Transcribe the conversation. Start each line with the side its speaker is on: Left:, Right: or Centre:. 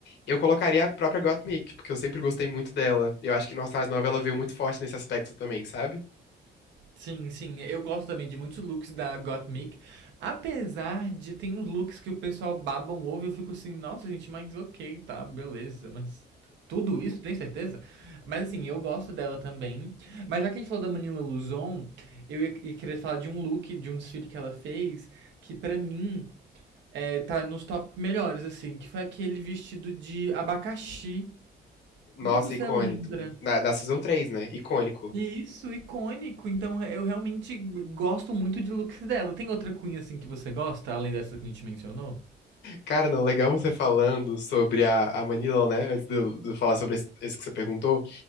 Left: Eu colocaria a própria Gottmik, porque eu sempre gostei muito dela. Eu acho que no All Stars 9 ela veio muito forte nesse aspecto também, sabe?
Right: Sim, sim. Eu gosto também de muitos looks da Gottmik. Apesar de tem uns looks que o pessoal baba um ovo, e eu fico assim, nossa, gente, mas ok, tá, beleza, mas. Tudo isso, tem certeza? Mas assim, eu gosto dela também. Mas já que a gente falou da Manila Luzon, eu ia, ia querer falar de um look, de um desfile que ela fez, que pra mim é, tá nos top melhores, assim, que foi aquele vestido de abacaxi.
Left: Nossa,
Right: Não sei se você
Left: icônico.
Right: lembra.
Left: Da, da Season três né? Icônico.
Right: Isso, icônico. Então eu realmente gosto muito de looks dela. Tem outra cunha assim que você gosta, além dessa que a gente mencionou?
Left: Cara, não, legal você falando sobre a, a Manila, né? Antes de eu de eu falar sobre esse, esse que você perguntou,